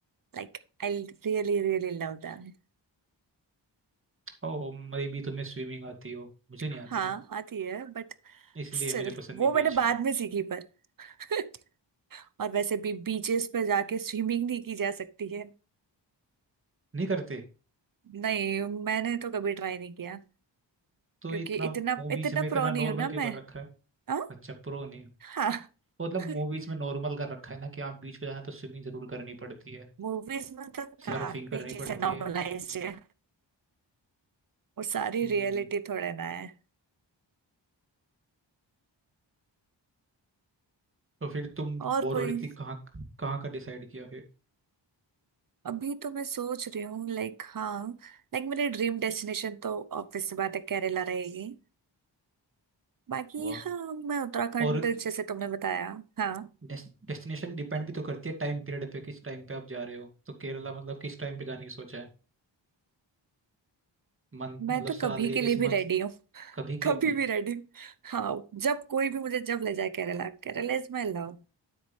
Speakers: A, on the right; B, on the right.
A: Like I really really love them
B: ओ मेरी भी तुम्हें स्विमिंग आती हो मुझे नहीं
A: हाँ
B: आती ना
A: आती है बट
B: इसलिए
A: स्टिल
B: मुझे पसंद
A: वो
B: नहीं बीच
A: मैंने बाद में सीखी पर <laughs> और वैसे भी बीचेस पे जाके स्विमिंग नहीं की जा सकती है
B: नहीं करते
A: नहीं मैंने तो कभी ट्राई नहीं किया
B: तो
A: क्योंकि
B: इतना
A: इतना
B: मूवीज
A: इतना
B: में इतना
A: प्रो नहीं
B: नॉर्मल
A: हूं ना
B: क्यों
A: मैं
B: कर रखा है
A: हाँ
B: अच्छा प्रो नहीं
A: हाँ
B: मतलब
A: <laughs>
B: मूवीज में नॉर्मल कर रखा है ना कि आप बीच पे जाना तो स्विमिंग जरूर करनी पड़ती है
A: मूवीज में तो काफी
B: सर्फिंग करनी
A: चीजें
B: पड़ती
A: नॉर्मलाइज्ड
B: है
A: है वो सारी
B: हम्म
A: रियलिटी थोड़े ना है
B: तो फिर तुम
A: और
B: बोर
A: कोई
B: हो रही थी कहाँ कहाँ का डिसाइड किया फिर
A: अभी तो मैं सोच रही हूँ लाइक हाँ लाइक मेरी ड्रीम डेस्टिनेशन तो ऑब्वियस सी बात है केरला रहेगी बाकी
B: वाह
A: हाँ मैं उत्तराखंड
B: और
A: जैसे तुमने बताया हाँ
B: डेस्टिनेशन डिपेंड भी तो करती है टाइम पीरियड पे किस टाइम पे आप जा रहे हो तो केरला मतलब किस टाइम पे जाने की सोचा है मंथ
A: मैं
B: मतलब
A: तो
B: साल
A: कभी
B: के
A: के
B: किस
A: लिए भी
B: मंथ
A: रेडी हूँ <laughs>
B: कभी के
A: कभी
B: लिए
A: भी रेडी हूँ हाँ जब कोई भी मुझे जब ले जाए Kerala Kerala is my love